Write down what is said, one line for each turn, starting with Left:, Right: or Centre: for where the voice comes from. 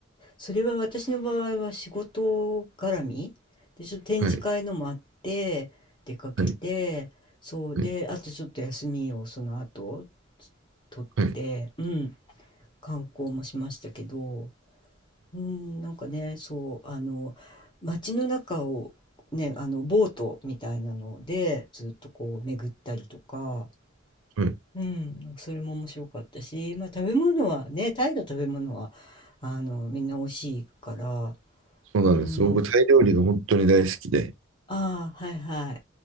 Left: それは私の場合は仕事絡みで、ちょっと展示会のもあって、
Right: はい、
Left: 出かけて、
Right: はい、
Left: そうで、
Right: はい、
Left: あとちょっと休みをその後、取って、
Right: はい。
Left: うん、観光もしましたけど、うん、なんかね、そう、あの、街の中をね、あの、ボートみたいなので、ずっとこう巡ったりとか、
Right: はい
Left: うん、なんかそれも面白かったし、まあ食べ物はね、タイの食べ物は、あの、みんな美味しいから、
Right: そうなんです。
Left: うん、
Right: 僕、タイ料理が本当に大好きで、
Left: ああ、はいは